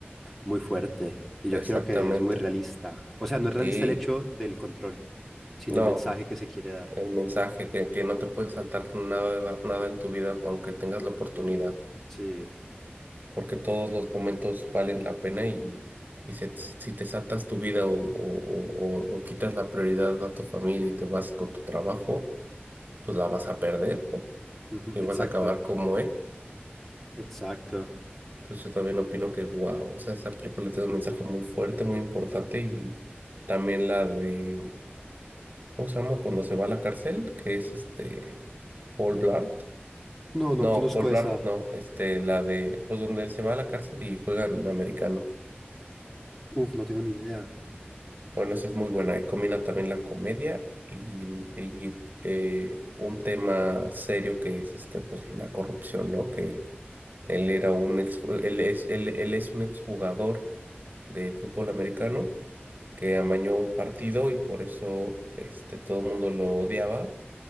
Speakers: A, in the centre; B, on the right.
A: Muy fuerte. Y yo
B: Exactamente.
A: creo que es muy realista. O sea, no es
B: Sí.
A: realista el hecho del control, sino
B: No,
A: el mensaje que se quiere dar.
B: el mensaje que, que no te puedes saltar nada, nada en tu vida, aunque tengas la oportunidad,
A: Sí.
B: porque todos los momentos valen la pena y, y se- si te saltas tu vida o, o o- o- o quitas la prioridad a tu familia y te vas con tu trabajo pues la vas a perder, ¿no?
A: Ujú,
B: Y vas
A: Exacto,
B: a acabar como él.
A: exacto.
B: Entonces yo también opino que, wow, o sea, esa película tiene un mensaje muy fuerte, muy importante. Y también la de, ¿cómo se llama? Cuando se va a la cárcel, que es este, Paul Blart.
A: No, no
B: No,
A: conozco
B: Paul
A: esa.
B: Blart, no, este, la de, pues donde se va a la cárcel y juegan americano.
A: Uf, no tengo ni idea.
B: Bueno, esa es muy buena. Y combina también la comedia y, y, eh, un tema serio que es este, pues la corrupción, ¿no? Que Él era un ex, él es, él, él es un exjugador de fútbol americano que amañó un partido y por eso este, todo el mundo lo odiaba